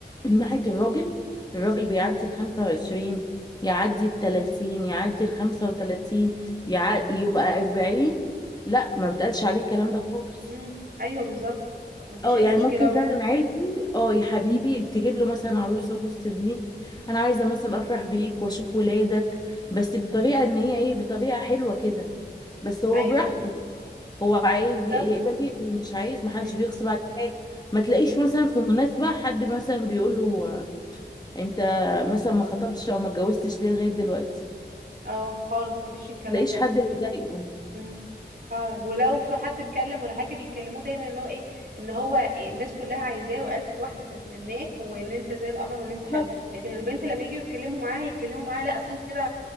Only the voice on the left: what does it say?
من ناحية الراجل الراجل بيعدي ال 25 يعدي ال 30 يعدي ال 35 يع... يبقى 40 لا ما بتقالش عليه الكلام ده خالص
اه
يعني
ممكن فعلا
عيلتي اه يا حبيبي تجيب له مثلا عروسه بص دي انا عايزه مثلا افرح بيك واشوف ولادك بس بطريقه ان هي ايه بطريقه حلوه كده بس هو
براحته هو عايز
ي- يقبل يقبل مش عايز محدش
بيغصب على حاجه ما تلاقيش
مثلا في مناسبه حد مثلا بيقول له آه، انت مثلا ما خطبتش او ما اتجوزتش ليه لغايه دلوقتي
ما تلاقيش
حد بيضايقه
لا،